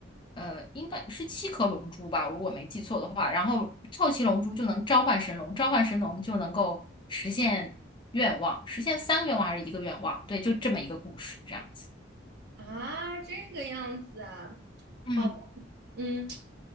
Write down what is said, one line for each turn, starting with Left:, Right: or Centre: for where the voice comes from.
Left: 呃，应该是七颗龙珠吧，如果没记错的话。然后凑齐龙珠就能召唤神龙，召唤神龙就能够实现愿望，实现三个愿望还是一个愿望？对，就这么一个故事，这样子。
Right: 啊，这个样子啊，
Left: 嗯，
Right: 好吧嗯，<laughs>